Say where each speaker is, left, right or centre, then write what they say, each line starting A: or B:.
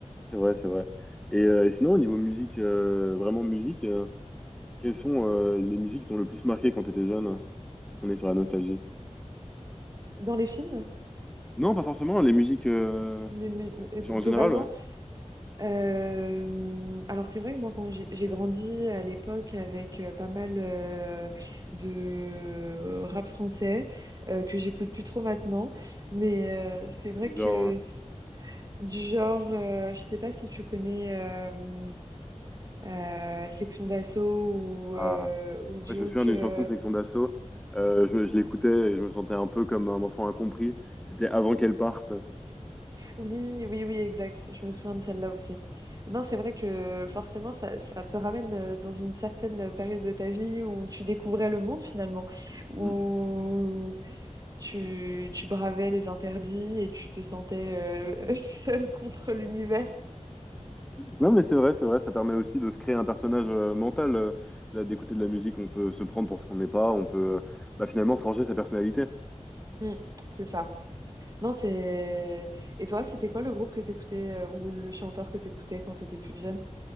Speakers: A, in the centre; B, on the right (about 30°).
A: C'est vrai, c'est vrai. Et, euh, et sinon, au niveau musique, euh, vraiment musique. Quelles sont euh, les musiques qui t'ont le plus marqué quand t'étais jeune? On est sur la nostalgie.
B: Dans les films,
A: Non, pas forcément, les musiques euh,
B: des mu- euh,
A: genre,
B: globalement,
A: en général, ouais.
B: euh, alors c'est vrai que moi, quand j'ai j'ai grandi à l'époque avec euh, pas mal euh, de rap français euh, que j'écoute plus trop maintenant. Mais euh, c'est vrai
A: Du
B: que
A: Genre, euh,
B: c- du genre, euh, je sais pas si tu connais. euh, euh, section d'assaut
A: ah,
B: ou, euh, ou joke.
A: ouais, je me souviens d'une
B: euh,
A: chanson de Section d'Assaut. Euh, je, je l'écoutais et je me sentais un peu comme un enfant incompris. C'était avant qu'elle parte.
B: Oui, oui, oui, exact. Je me souviens de celle-là aussi. Non, c'est vrai que forcément, ça, ça te ramène euh, dans une certaine période de ta vie où tu découvrais le monde finalement, où
A: Mm.
B: tu, tu bravais les interdits et tu te sentais euh, <laughs> seul contre l'univers.
A: Non, mais c'est vrai, c'est vrai, ça permet aussi de se créer un personnage euh, mental. euh, là, d'écouter de la musique, on peut se prendre pour ce qu'on n'est pas, on peut euh, bah, finalement forger sa personnalité.
B: Mm, c'est ça. Non, c'est... Et toi, c'était quoi le groupe que t'écoutais euh, ou le chanteur que t'écoutais quand t'étais plus jeune?